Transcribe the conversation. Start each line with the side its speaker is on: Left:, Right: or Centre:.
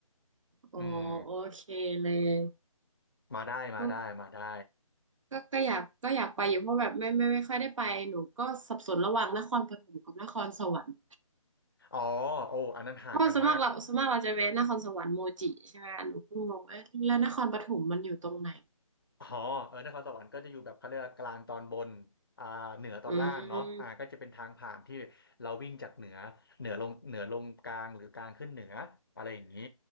Right: อ๋อโอเคเลย
Left: อืมมาได้มาได้มาได้
Right: ก็ก็ก็อยากก็อยากไปอยู่เพราะแบบไม่ไม่ไม่ค่อยได้ไปหนูก็สับสนระหว่างนครปฐมกับนครสวรรค์
Left: อ๋อโอ้อันนั้นห่างกันมาก
Right: เพราะว่าส่วนมากเราส่วนมากเราจะแวะนครสวรรค์โมจิใช่ไหมหนูเพ่งงเอ๊ะแล้วนครปฐมมันอยู่ตรงไหน
Left: อ๋อเออนครสวรรค์ก็จะอยู่แบบเขาเรียกว่ากลางตอนบนอ่าเหนือตอนล่างเนาะอ่าก็จะเป็นทางผ่านที่เราวิ่งจากเหนือเหนือลงเหนือลงกลางหรือกลางขึ้นเหนืออะไรอย่างนี้
Right: อืม